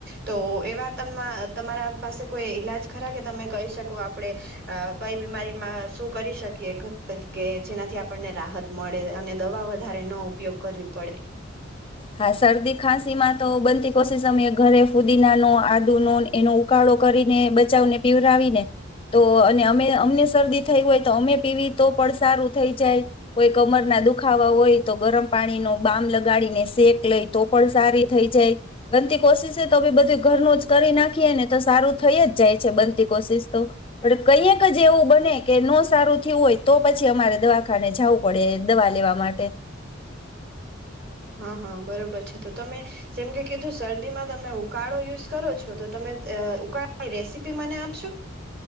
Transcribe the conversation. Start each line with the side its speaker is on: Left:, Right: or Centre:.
Right: તો એવા તમા તમારા પાસે કોઈ ઈલાજ ખરા કે તમે કય શકો આપળે અ કઈ બીમારીમાં શું કરી શકીએ ઘરે જ કે જેનાથી આપણને રાહત મળે અને દવા વધારે ન ઉપયોગ કરવી પડે?
Left: હા, શરદી ખાંસીમાં તો બનતી કોશિશ અમે ઘરે ફુદીનાનો આદુનો ને એનો ઉકાળો કરીને બચાવને પીવડાવી ને તો અને અમે અમને શરદી થઈ હોય તો અમે પીવી તો પણ સારું થઈ જાય. કોઈ કમરના દુખાવા હોય તો ગરમ પાણી નો બામ લગાડીને શેક લઈ તો પણ સારી થઈ જાય બનતી કોશિશ તો બી બધું ઘરનું જ કરી નાખીએ ને તો સારું થઈ જ જાય છે બનતી કોશિશ, તો પણ કઈક જ એવું બને કે ન સારું થયું હોય તો પછી અમારે દવાખાને જવું પડે દવા લેવા માટે.
Right: હા હા બરોબર છે તો તમે જેમ કે કીધું શરદીમાં તમે ઉકાળો યુઝ કરો છો, તો તમે ઉકાળાની રેસીપી મને આપશો